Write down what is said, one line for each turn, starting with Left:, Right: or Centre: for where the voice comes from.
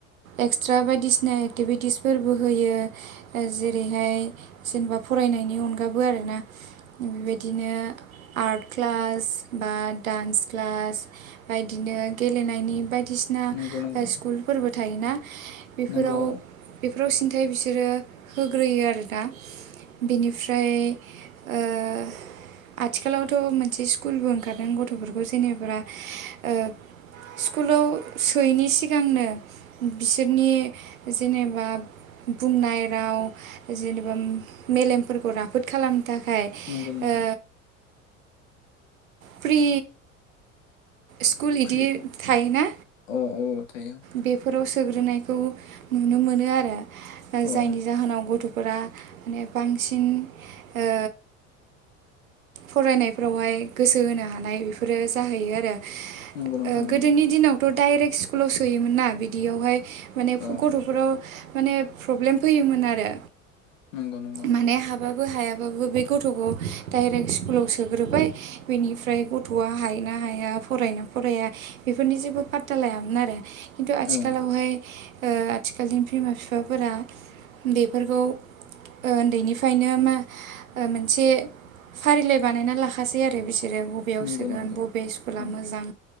Right: एक्सट्रा बायदिसिना एक्टिभिटिसफोरबो होयो। ओ जेरैहाय जेनेबा फरायनायनि अनगाबो आरोना बेबायदिनो। आर्ट क्लास बा डान्स क्लास बायदिनो गेलेनायनि बायदि बिना
Left: नंगौ नंगौ
Right: ओ स्कुलफोरबो थायोना बेफोराव।
Left: नंगौ
Right: बेफोराव सिन्थाय बिसोरो होग्रोयो आरो दा। बेनिफ्राय ओ आथिखालावथ' मोनसे स्कुलबो ओंखारदों गथ'फोरखौ जेनेब्रा ओ स्कुलाव सोयैनि सिगांनो बिसोरनि जेनेबा बुंनाय राव जेनेबा मेलेमफोरखौ राफोद खालामनो थाखाय।
Left: नंगौ नोंथां।
Right: ओ फ्रि। स्कुल इदि
Left: फ्रि
Right: थायोना?
Left: अ औ थायो
Right: बेफोराव सोग्रोनायखौ नुनो मोनो आरो। ओ
Left: अ
Right: जायनि जाहोनाव गथ'फोरा माने बांसिन ओ फरायनायफ्रावहाय गोसो होनो हानाय बेफोरो जाहैयो आरो।
Left: नंगौ नोंथां
Right: ओ गोदोनि
Left: नंगौ
Right: दिनावथ' डाइरेक्ट स्कुलाव सोयोमोन ना बिदियावहाय माने
Left: औ
Right: गथ'फोराव माने प्रब्लेम फैयोमोन आरो।
Left: नंगौ नंगौ
Right: माने हाबा हायाबाबो बे गथ'खौ डाइरेक्ट स्कुलाव सोग्रोबाय बेनिफ्राय गथ थ'आ हायो ना हाया? फरायोना फराया बेफोरनि जेबो पात्ता लायामोन आरो खिन्थु आथिखालावहाय
Left: औ
Right: ओ आथिखालनि बिमा बिफाफोरा बेफोरखौ ओ ओन्दैनिफायनो मा मोनसे फारिलाइ बानायना लाखासै आरो बिसोरो बेयाव
Left: नंगौ
Right: सोगोन
Left: नंगौ
Right: बबे स्कुला
Left: नंगौ
Right: मोजां?